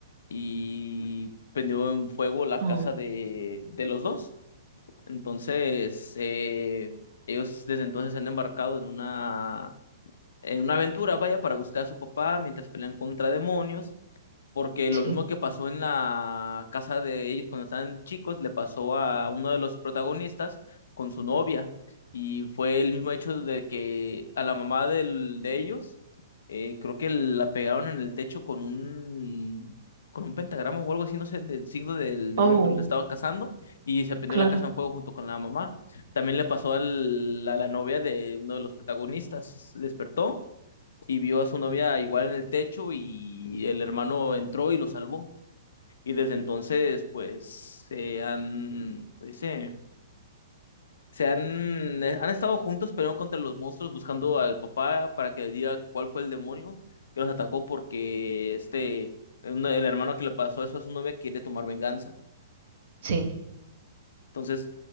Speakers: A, on the left (about 80°); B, on the right (about 45°).
A: y prendió en fuego la
B: Oh,
A: casa de, de los dos. Entonces, eh, ellos desde entonces se han embarcado en una, en una aventura, vaya, para buscar a su papá mientras pelean contra demonios porque lo
B: sí.
A: mismo que pasó en la casa de ellos cuando estaban chicos, le pasó a uno de los protagonistas con su novia. Y fue el mismo hecho de que a la mamá del, de ellos, eh, creo que la pegaron en el techo con un, con un pentagrama o algo así, no sé, del signo del demonio
B: Oh,
A: que los estaba cazando, y se prendió
B: claro.
A: la casa en fuego junto con la mamá. También le pasó al- a la novia de uno de los protagonistas, se despertó y vio a su novia igual en el techo y el hermano entró y lo salvó. Y desde entonces, pues, se han, ¿cómo se dice? Se han, eh, han estado juntos peleando contra los monstruos, buscando al papá para que le diga cuál fue el demonio que los atacó porque este, un- el hermano que le pasó eso a su novia quiere tomar venganza.
B: Sí.
A: Entonces,